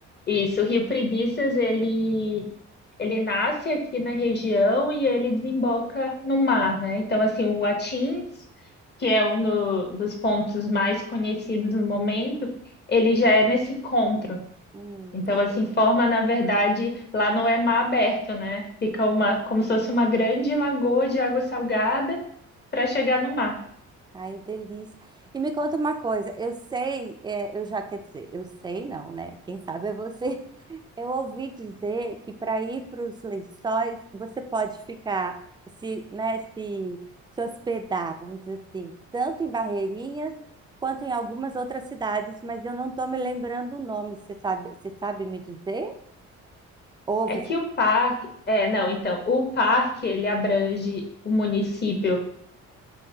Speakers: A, on the left; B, on the right.
A: Isso, o Rio Preguiças, ele, ele nasce aqui na região e ele desemboca no mar, né? Então, assim, o Atins, que é um do- dos pontos mais conhecidos no momento, ele já é nesse encontro.
B: Hum,
A: Então,
B: interessante.
A: assim, forma, na verdade, lá não é mar aberto, né? Fica uma, como se fosse uma grande lagoa de água salgada para chegar no mar.
B: Ai, delícia. E me conta uma coisa, eu sei, é, eu já, quer dizer, eu sei não, né? Quem sabe é você. Eu ouvi dizer que para ir para os lençóis, você pode ficar, se, né, se, se hospedar, vamos dizer assim, tanto em Barreirinhas quanto em algumas outras cidades, mas eu não estou me lembrando o nome. Você sabe, você sabe me dizer? Ou
A: É
B: você.
A: que o parque, é, não, então, o parque, ele abrange o município